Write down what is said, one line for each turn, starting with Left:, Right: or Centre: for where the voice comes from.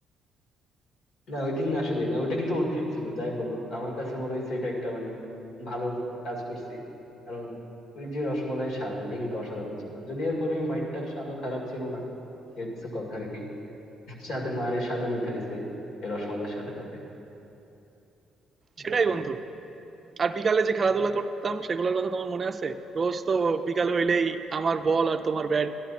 Left: না ওই দিন আসলে না ওটা কিন্তু অর্থিত ছিল যাই বলো আমার কাছে মনে হয়েছে এটা একটা মানে ভালো কাজ করছি কারণ ওই যে রসমলাইয়ের স্বাদ ওটা কিন্তু অসাধারণ ছিল যদি এরপরে মাইটটার স্বাদও খারাপ ছিল না এই কিছু কথা আর কি সাথে মারের স্বাদও নিতে হয়েছে এই রসমালাইয়ের সাথে সাথে
Right: সেটাই
Left: এই আর কি
Right: বন্ধু আর বিকালে যে খেলাধুলা করতাম সেগুলোর কথা তোমার মনে আছে রোজ তো বিকাল হইলেই আমার বল আর তোমার ব্যাট